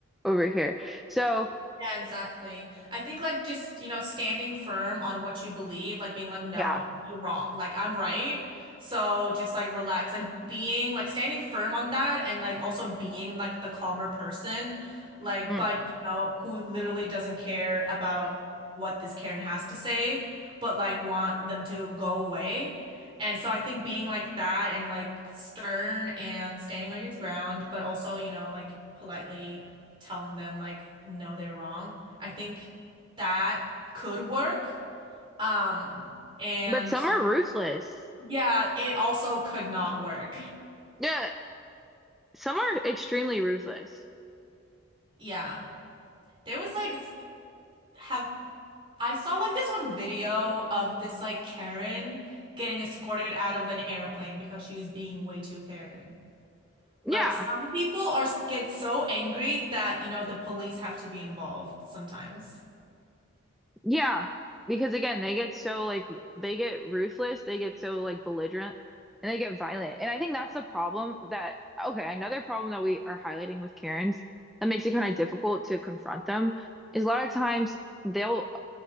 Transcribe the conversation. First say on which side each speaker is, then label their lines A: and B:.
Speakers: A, in the centre; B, on the right.
A: over here. So
B: Yeah, exactly. I think like just, you know, standing firm on what you believe, like being like, no,
A: yeah.
B: you're wrong. Like I'm right. So just like relax, like being like standing firm on that and like also being like the calmer person, like,
A: Mm.
B: but you know, who literally doesn't care about what this Karen has to say, but like want them to go away. And so I think being like that and like stern and standing on your ground, but also, you know, like politely telling them like no they're wrong. I think that could work. Um and
A: But some are ruthless.
B: yeah, it also could not work.
A: Yeah, some are extremely ruthless.
B: Yeah. There was like s- have I saw like this one video of this like Karen getting escorted out of an airplane because she was being way too Karen.
A: Yeah.
B: Like some people are get so angry that, you know, the police have to be involved sometimes.
A: Yeah, because again, they get so like they get ruthless, they get so like belligerent, and they get violent. And I think that's the problem that okay, another problem that we are highlighting with Karens that makes it kind of difficult to confront them is a lot of times they'll